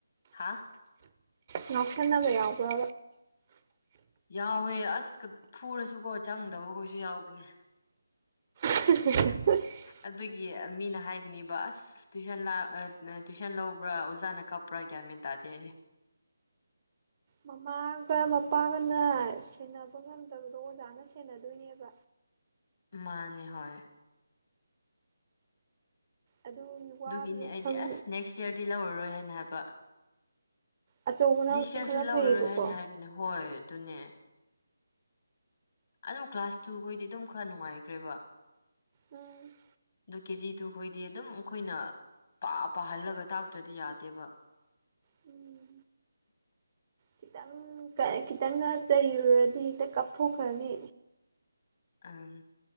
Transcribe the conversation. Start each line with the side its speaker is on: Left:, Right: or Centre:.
Left: ꯍꯥ
Right: ꯉꯥꯛꯊꯟꯅꯕ ꯌꯥꯎꯕ꯭ꯔ
Left: ꯌꯥꯎꯋꯦ ꯑꯁ ꯐꯨꯔꯁꯨꯀꯣ ꯆꯪꯗꯕꯈꯣꯏꯁꯨ ꯌꯥꯎꯕꯅꯦ
Right: <unintelligible>
Left: ꯑꯗꯨꯒꯤ ꯃꯤꯅ ꯍꯥꯏꯈꯤꯅꯤꯕ ꯑꯁ ꯇꯨꯏꯁꯟ ꯇꯨꯏꯁꯟ ꯂꯧꯕ꯭ꯔꯥ ꯑꯣꯖꯥꯅ ꯀꯞꯄ꯭ꯔꯥ ꯀꯌꯥꯃꯤ ꯇꯥꯗꯦ
Right: ꯃꯃꯥꯒ ꯃꯄꯥꯒꯅ ꯁꯦꯟꯅꯕ ꯉꯝꯗꯕꯗꯣ ꯑꯣꯖꯥꯅ ꯁꯦꯟꯅꯗꯣꯏꯅꯦꯕ
Left: ꯃꯥꯅꯦ ꯍꯣꯏ꯫
Right: ꯑꯗꯨꯒꯤ ꯋꯥꯕꯗꯣ
Left: ꯑꯗꯨꯒꯤꯅꯤ ꯑꯩꯗꯤ
Right: ꯈꯪ
Left: ꯑꯁ ꯅꯦꯛꯁ ꯏꯌꯥꯔꯗꯤ ꯂꯧꯔꯔꯣꯏ ꯍꯥꯏꯅ ꯍꯥꯏꯕ꯫
Right: ꯑꯆꯧꯕꯅ
Left: ꯗꯤꯁ
Right: ꯑꯃꯨꯛ
Left: ꯁꯤꯌꯥꯔꯁꯨ
Right: ꯈꯔ
Left: ꯂꯧꯔꯔꯣꯏ
Right: ꯐꯩꯌꯦꯕꯀꯣ
Left: ꯍꯥꯏꯅ ꯍꯥꯏꯕꯅꯦ ꯍꯣꯏ ꯑꯗꯨꯅꯦ꯫ ꯑꯗꯨꯝ ꯀ꯭ꯂꯥꯁ ꯇꯨ ꯈꯣꯏꯗꯤ ꯑꯗꯨꯝ ꯈꯔ ꯅꯨꯡꯉꯥꯏꯈ꯭ꯔꯦꯕ꯫
Right: ꯎꯝ꯫
Left: ꯀꯦꯖꯤꯗꯨꯨꯈꯣꯏꯗꯤ ꯑꯗꯨꯝ ꯈꯣꯏꯅ ꯄꯥꯍꯜꯂꯒ ꯇꯥꯛꯇ꯭ꯔꯗꯤ ꯌꯥꯗꯦꯕ꯫ ꯫
Right: ꯎꯝ
Left: <unintelligible>
Right: ꯈꯤꯇꯪ ꯈꯤꯇꯪꯒ ꯆꯩꯔꯨꯔꯗꯤ ꯍꯦꯛꯇ ꯀꯥꯞꯊꯣꯛꯈ꯭ꯔꯅꯤ꯫
Left: ꯑꯝ